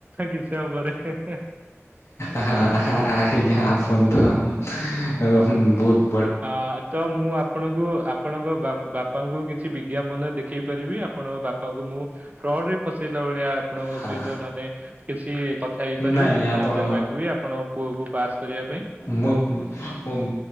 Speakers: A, on the right; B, on the left.
A: କିଛି ସମୟ ପରେ ହେଁ ହେଁ।
B: ଆହା ଆହା ଆ ହେଇ ଆପଣ ତ <unintelligible> ବୋହୁତ
A: ଆ ତ ମୁଁ ଆପଣଙ୍କୁ ଆପ୍ ଆପଣଙ୍କ ବା-ବାପାଙ୍କୁ କିଛି ବିଜ୍ଞାପନ ଦେଖେଇ ପାରିବି ଆପଣଙ୍କ ବା ପାଙ୍କୁ ମୁଁ ଫ୍ରଡରେ ଫସେଇଲା ଭଳିଆ ଆପଣଙ୍କ
B: ହଁ
A: ସହିତ ମାନେ କିଛି କଥା ହେଇପାରିବି
B: ନାଇଁ
A: ଦି ତିନି
B: ଆପଣ
A: ହଜାର ମାଗିବି ଆପଣଙ୍କ ପୁଅକୁ ପାସ୍ କରେଇବା ପାଇଁ।
B: ମୁଁମ୍ ମୁଁମ୍